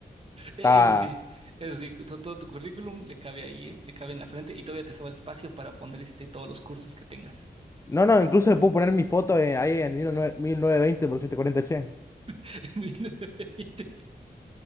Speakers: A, on the right; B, on the left.
A: E-
B: Estaba.
A: Eso sí, eso sí, to- todo, tu currículum le cabe ahí, ¿eh? Le cabe en la frente y todavía te sobra espacio para poner este, todos los cursos que tengas.
B: No, no, incluso le puedo poner mi foto en- ahí en mil novecientos veinte por setecientos cuarenta che.
A: <laughs>